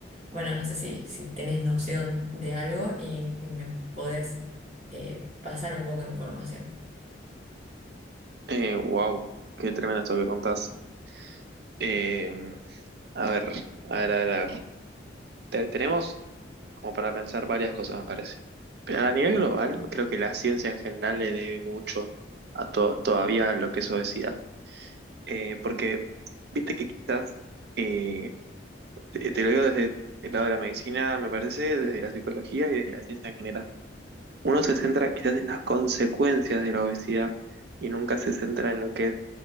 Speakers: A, on the right (about 35°); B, on the right (about 55°).
A: Bueno, no sé si, si tenés noción de algo y, y me podés eh, pasar un poco de información.
B: Eh, wow, qué tremendo esto que contás. Eh, a ver, a ver, a ver, a ver. Te- tenemos como para pensar varias cosas, me parece. Pero a nivel global, creo que la ciencia en general le debe mucho a to- todavía lo que es obesidad. Eh, porque, viste que quizás eh, Te, te lo digo desde el lado de la medicina, me parece, desde la psicología y desde la ciencia en general. Uno se centra quizás en las consecuencias de la obesidad y nunca se centra en lo que es